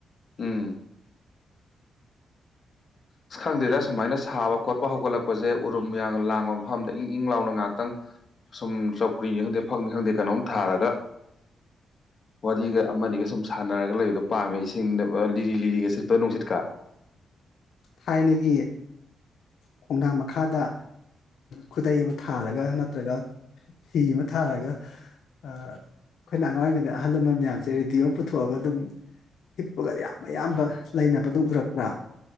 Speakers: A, on the left; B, on the left.
A: ꯎꯝ ꯑꯁ ꯈꯪꯗꯦꯗ ꯁꯨꯃꯥꯏꯅ ꯁꯥꯕ ꯈꯣꯠꯄ ꯍꯧꯒꯠꯂꯛꯄ ꯄꯛꯄꯁꯦ ꯎꯔꯨꯝ ꯌꯥꯡ ꯂꯥꯡꯕ ꯃꯐꯝꯗ ꯏꯪ ꯏꯪ ꯂꯥꯎꯅ ꯉꯥꯏꯥꯛꯇꯪ ꯁꯨꯝ ꯆꯧꯀ꯭ꯔꯤꯅꯤ ꯈꯪꯗꯦ ꯐꯛꯅꯤ ꯈꯪꯗꯦ ꯀꯩꯅꯣꯝ ꯊꯥꯔꯒ ꯑꯅꯤꯒ ꯑꯃꯅꯤꯒ ꯁꯨꯝ ꯁꯥꯟꯅꯔꯒ ꯂꯩꯕꯗꯣ ꯄꯥꯝꯃꯦ ꯏꯁꯤꯡꯗ ꯂꯤꯔꯤ ꯂꯤꯔꯤꯒꯁꯤ ꯇꯣꯏꯅꯅꯨꯡꯁꯤꯠꯀꯥ
B: ꯊꯥꯏꯅꯒꯤ ꯈꯣꯡꯅꯥꯡ ꯃꯈꯥꯗ ꯈꯨꯗꯩ ꯑꯃ ꯊꯥꯔꯒ ꯅꯠꯇ꯭ꯔꯒ ꯐꯤ ꯑꯃ ꯊꯥꯔꯒ ꯑꯩꯈꯣꯏꯅ ꯑꯉꯥꯡ ꯑꯣꯏꯔꯤꯉꯩꯗ ꯑꯍꯜ ꯂꯃꯟ ꯃꯌꯥꯝꯁꯦ ꯔꯦꯗꯤꯑꯣ ꯑꯃ ꯄꯨꯊꯣꯛꯑꯒ ꯑꯗꯨꯝ ꯍꯤꯞꯄꯒ ꯌꯥꯝ ꯑꯌꯥꯝꯕ ꯂꯩꯅꯕ ꯑꯗꯨꯝ ꯎꯔꯛꯇ꯭ꯔꯥ